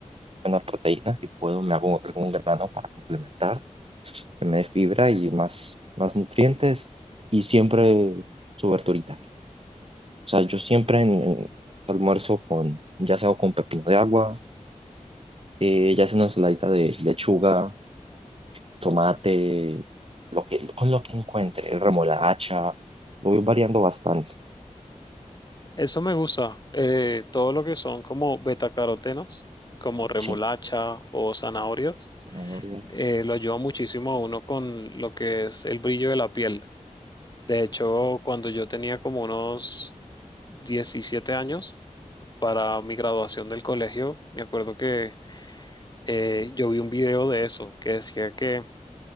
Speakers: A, on the right (about 50°); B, on the left (about 35°).
A: buena proteína, si puedo, me hago algún grano para complementar, que me dé fibra y más, más nutrientes. Y siempre subverturitar. O sea, yo siempre en, en almuerzo con, ya sea con pepino de agua, eh, ya sea una ensaladita de lechuga tomate, lo que, con lo que encuentre, remolacha, lo voy variando bastante.
B: Eso me gusta. eh, todo lo que son como betacarotenos, como remolacha
A: Sí,
B: o zanahorios,
A: no zanahoria,
B: eh, lo ayuda muchísimo a uno con lo que es el brillo de la piel. De hecho, cuando yo tenía como unos 17 años para mi graduación del colegio, me acuerdo que eh, yo vi un video de eso que decía que